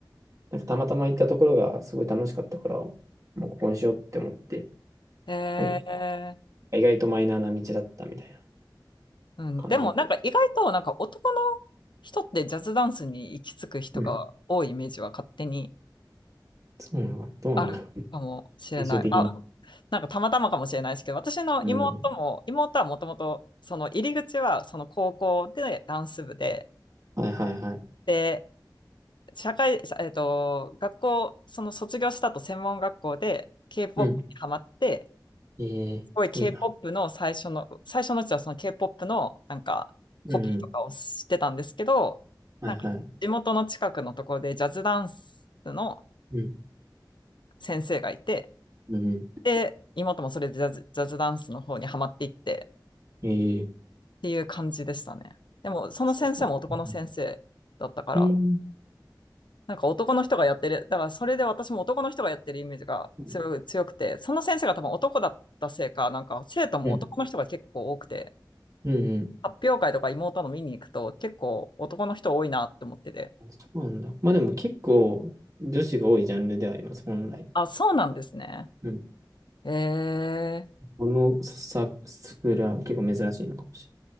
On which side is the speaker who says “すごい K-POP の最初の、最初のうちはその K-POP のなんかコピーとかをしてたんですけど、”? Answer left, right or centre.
Left